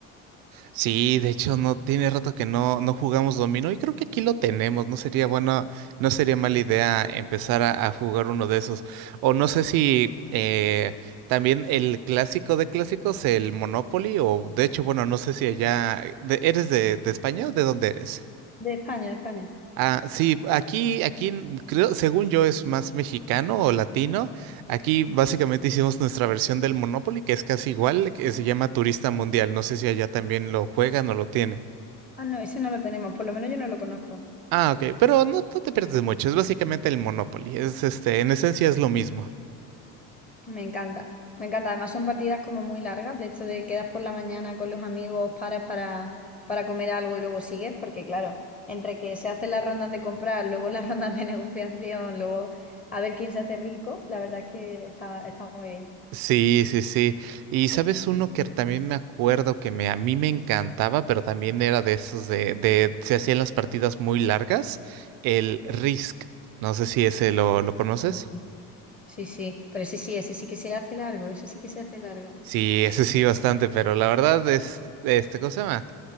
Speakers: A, on the right; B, on the left.
A: Sí, de hecho, no tiene rato que no, no jugamos dominó y creo que aquí lo tenemos. No sería bueno, no sería mala idea empezar a, a jugar uno de esos. O no sé si eh, también el clásico de clásicos, el Monopoly, o de hecho, bueno, no sé si allá de- eres de, de España o de dónde eres.
B: De España, de España.
A: Ah, sí, aquí, aquí n- creo, según yo, es más mexicano o latino. Aquí básicamente hicimos nuestra versión del Monopoly, que es casi igual, que se llama Turista Mundial. No sé si allá también lo juegan o lo tienen.
B: Ah, no, ese no lo tenemos, por lo menos yo no lo conozco.
A: Ah, ok, pero no, no te pierdes mucho, es básicamente el Monopoly, es este, en esencia es lo mismo.
B: Me encanta, me encanta. Además son partidas como muy largas, de hecho de quedas por la mañana con los amigos, paras para, para comer algo y luego sigues, porque claro, entre que se hacen las rondas de comprar, luego las <laughs> rondas de negociación, luego a ver quién se hace rico, la verdad es que está, está muy
A: Sí, sí, sí. Y sabes uno que también me acuerdo que me, a mí me encantaba, pero también era de esos de, de se hacían las partidas muy largas, el Risk. No sé si ese lo, lo conoces.
B: bien. Sí, sí, pero ese sí, ese sí que se hace largo, ese sí que se hace largo.
A: Sí, ese sí bastante, pero la verdad es, este, ¿cómo se llama?